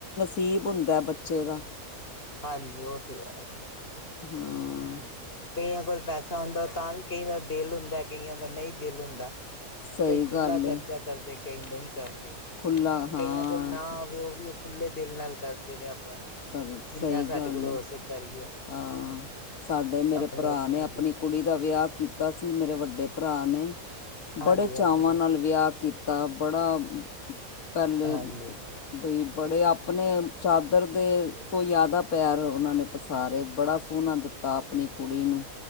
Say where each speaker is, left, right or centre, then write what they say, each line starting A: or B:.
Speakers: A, on the left; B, on the left.
A: ਈਬ ਹੁੰਦਾ ਬੱਚੇ ਦਾ
B: ਹਾਂਜੀ ਉਹ ਤੇ ਹੈ,
A: ਹਾਂ,
B: ਕਈਆਂ ਕੋਲ ਪੈਸਾ ਹੁੰਦਾ ਤਾਂ ਵੀ ਕਈ ਦਾ ਦਿਲ ਹੁੰਦਾ ਕਈਆਂ ਦਾ ਨਹੀਂ ਦਿਲ ਹੁੰਦਾ
A: ਸਹੀ
B: ਕਈ ਖੁਾ
A: ਗੱਲ
B: ਖਰਚਾ
A: ਹੈ
B: ਕਰਦੇ ਕਈ ਨਹੀਂ ਕਰਦੇ
A: ਖੁੱਲ੍ਹਾ ਹਾਂ
B: ਕਈਆਂ ਕੋਲ ਨਾ ਆਵੇ ਉਹ ਵੀ ਖੁੱਲੇ ਦਿਲ ਨਾਲ ਕਰਦੇ ਨੇ ਆਪਣਾ
A: ਕਰ
B: ਜਿੰਨਾ
A: ਸਹੀ
B: ਸਾਡੇ
A: ਗੱਲ
B: ਕੋਲ ਹੋ ਸਕੇ ਕਰੀਏ
A: ਹਾਂ ਸਾਡੇ ਮੇਰੇ
B: ਆਪਣੇ
A: ਭਰਾ
B: ਆਪਣਿਆਂ
A: ਨੇ ਆਪਣੀ
B: ਦੀ
A: ਕੁੜੀ ਦਾ ਵਿਆਹ ਕੀਤਾ ਸੀ ਮੇਰੇ ਵੱਡੇ ਭਰਾ ਨੇ
B: ਹਾਂਜੀ
A: ਬੜੇ ਚਾਵਾਂ
B: ਹਾਂਜੀ
A: ਨਾਲ ਵਿਆਹ ਕੀਤਾ ਬੜਾ ਪਲੇੇ
B: ਹਾਂਜੀ
A: ਬਈ ਬੜੇ ਆਪਣੇ ਚਾਦਰ ਦੇ ਤੋਂ ਜ਼ਿਆਦਾ ਪੈਰ ਉਹਨਾਂ ਨੇ ਪਸਾਰੇ ਬੜਾ ਸੋਹਣਾ ਦਿੱਤਾ ਆਪਣੀ ਕੁੜੀ ਨੂੰ